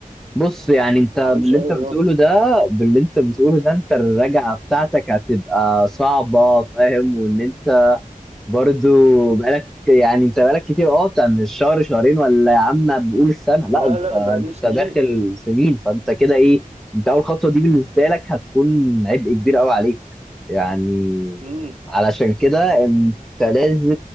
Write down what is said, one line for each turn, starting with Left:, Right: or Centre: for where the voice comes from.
Centre: بص يعني انت
Right: ما عملش
Centre: باللي
Right: اي
Centre: انت
Right: رياضه
Centre: بتقوله ده باللي انت بتقوله ده انت الرجعة بتاعتك هتبقى صعبة فاهم وان انت برضو بقالك يعني انت بقالك كتير اه بتاع من شهر شهرين ولا يا عم بقول السنه
Right: لا
Centre: لا انت
Right: لا
Centre: انت
Right: بقالي سنين
Centre: داخل سنين فانت كده ايه انت اول خطوه دي بالنسبه لك هتكون عبء كبير قوي عليك يعني
Right: امم
Centre: علشان كده انت لازم